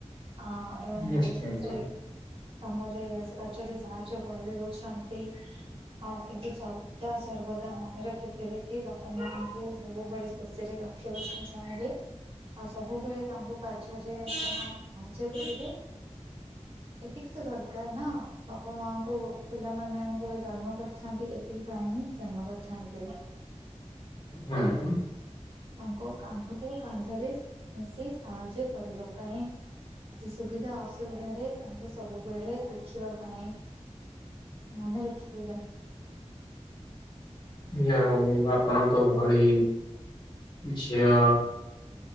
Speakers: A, on the right (about 50°); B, on the left (about 40°).
A: ଆ ତାଙ୍କୁ
B: ନିଶ୍ଚିନ୍ତ
A: କିଛି କାମରେ କାର୍ଯ୍ୟରେ ସାହାଯ୍ୟ କରିଦଉଛନ୍ତି। ହଁ କିନ୍ତୁ ସବୁ ସଦାସର୍ବଦା ମନେ ରଖିଥିବେ କି ବାପା ମାଙ୍କୁ ସବୁବେଳେ ଖୁସିରେ ରଖିବା ପାଇଁ ଚାହିଁବେ। ଆଉ ସବୁବେଳେ ତାଙ୍କୁ କାର୍ଯ୍ୟରେ ଆପଣ ସାହାଯ୍ୟ କରିବେ। ଏତିକି ତ ଦରକାର ନା ବାପା ମାଙ୍କୁ ପିଲାମାନଙ୍କୁ ଜନ୍ମ କରି ଥାନ୍ତି ଏତିକିପାଇଁ ହିଁ ଜନ୍ମ କରିଥାନ୍ତି।
B: ହୁଁ।
A: ତାଙ୍କ କାନ୍ଧକୁ କାନ୍ଧରେ ମିଶି ସାହାଯ୍ୟ କରିବା ପାଇଁ। କିଛି ସୁବିଧା ଅସୁବିଧାରେ ତାଙ୍କୁ ସବୁବେଳେ ଦେଖିବା ପାଇଁ। ମନେ ରଖିଥିବେ।
B: ହଉ ଆପଣଙ୍କ ଭଳି ଝିଅ